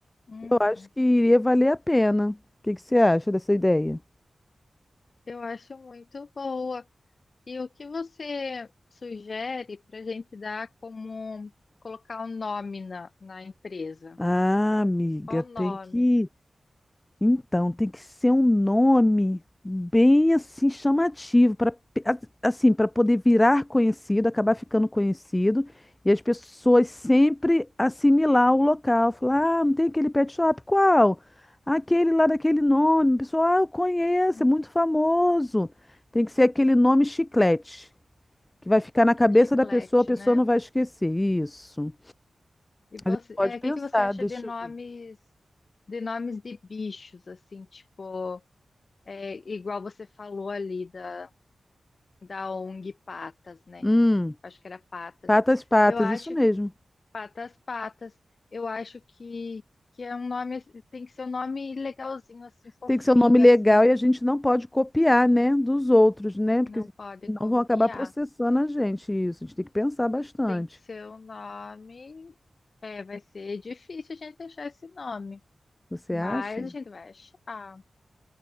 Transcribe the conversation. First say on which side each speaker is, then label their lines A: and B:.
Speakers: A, on the left; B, on the left.
A: Uhum,
B: Eu acho que iria valer a pena. O que que você acha dessa ideia?
A: eu acho muito boa. E o que você sugere para a gente dar como colocar o nome na, na empresa?
B: Ah, amiga,
A: Qual o nome?
B: tem que. Então, tem que ser um nome bem assim chamativo para assim, para poder virar conhecido, acabar ficando conhecido e as pessoas sempre assimilar o local, falar: "Ah, não tem aquele pet shop? Qual? Aquele lá daquele nome". Pessoal, ah, eu conheço,
A: Hum,
B: é muito famoso. Tem que ser aquele nome chiclete, que vai ficar na cabeça
A: Chiclete,
B: da pessoa, a pessoa
A: né?
B: não vai esquecer. Isso.
A: E você,
B: A gente pode
A: é,
B: pensar,
A: o que que você acha
B: deixa
A: de nomes
B: eu ver.
A: de nomes de bichos, assim, tipo, é, igual você falou ali da, da ONG Patas, né?
B: Hum.
A: Acho que era Patas.
B: Patas, patas,
A: Eu acho
B: isso mesmo.
A: Patas Patas. Eu acho que, que é um nome, tem que ser um nome legalzinho, assim, fofinho,
B: Tem que ser um nome legal
A: assim,
B: e a gente não pode copiar, né, dos outros, né? Porque
A: não pode
B: senão
A: copiar.
B: vão acabar processando a gente isso. A gente tem que pensar bastante.
A: Tem que ser um nome. É, vai ser difícil a gente achar esse nome,
B: Você
A: mas
B: acha?
A: a gente vai achar.